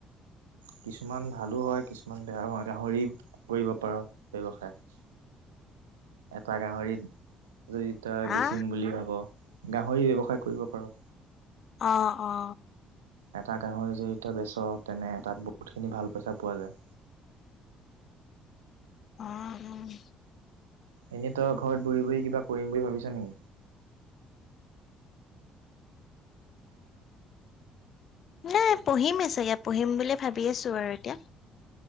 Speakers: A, on the right; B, on the left.
A: কিছুমান ভালো হয়, কিছুমান বেয়াও হয়, গাহৰি কৰিব পাৰ ব্যৱসায়?
B: <unintelligible>
A: এটা গাহৰিত। যদি তাৰ
B: হা
A: বেচিম বুলি ভাব গাহৰি ব্যৱসায় কৰিব পাৰ।
B: অ অ
A: এটা গাহৰি যদিতিয়া বেচ তেনে তাত বহুতখিনি ভাল পইচা পোৱা যায়।
B: অঁ!
A: এনেই তই ঘৰত বহি বহি কিবা কৰিম বুলি ভাবিছ নেকি?
B: নাই পঢ়িমএ চাগে পঢ়িম বুলিয়ে ভাবি আছো আৰু এতিয়া।